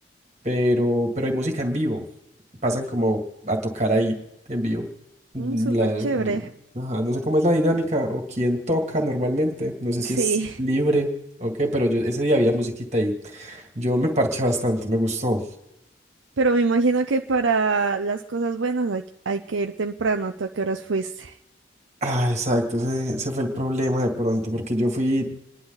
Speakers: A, on the right; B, on the right.
A: pero, pero hay música en vivo. Pasan como a tocar ahí en vivo. Mm,
B: Mm, súper
A: la-
B: chévere.
A: no, ajá, no sé cómo es la dinámica o quién toca normalmente. No sé
B: Sí.
A: si es libre o qué, pero yo ese día había musiquita ahí. Yo me parché bastante, me gustó.
B: Pero me imagino que para las cosas buenas hay, hay que ir temprano. ¿Tú a qué horas fuiste?
A: Ah, exacto, ese, ese fue el problema de pronto, porque yo fui